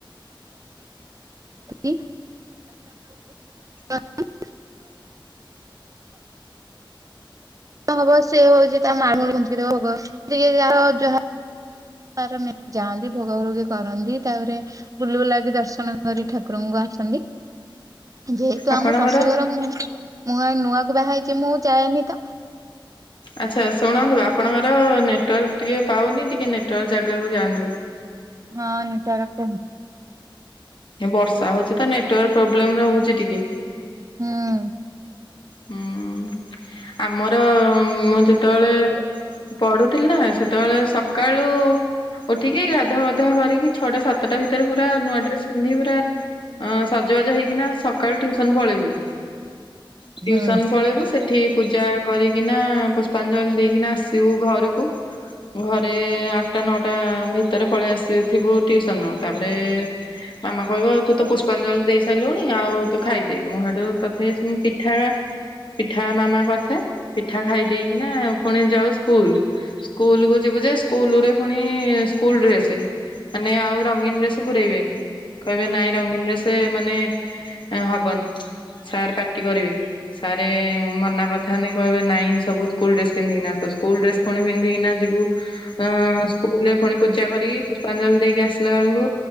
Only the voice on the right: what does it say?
<unintelligible> <unintelligible>
ହ <unintelligible> ହବ ସେ ହଉଛି ତା ମାମୁଳି ଘୁଞ୍ଚିଦବ ହବ ଟିକେ ଯାହା ତାର ଯାଆନ୍ତି ଭୋଗ ଭୋଗୀ କରନ୍ତି ତାପରେ ବୁଲ ବୁଲା କିି ଦର୍ଶନ କରି ଠାକୁରଙ୍କୁ ଆସନ୍ତି। ଯେହେତୁ
ଆମ ଶାଶୁଘର ମୁଁ ମୁଁ ନୂଆକୁ ବାହାହ ହେଇଛି ମୁଁ ଯାଏନି ତ।
ହଁ <unintelligible>
ହୁଁ।
ହୁଁ।